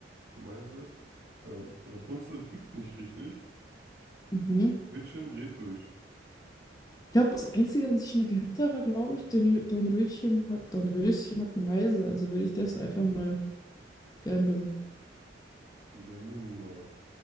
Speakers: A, on the right (about 55°); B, on the left (about 20°).
A: eine Meise. Ähm, Rapunzel tickt nicht richtig.
B: Mhm.
A: Wittchen dreht durch.
B: Ich glaube, das Einzige, was ich schon gehört habe, war, glaube ich, Don, Don Röschen hat, Don Röschen hat eine Meise. Also würde ich das einfach mal gamblen.
A: Dann gambeln wir mal.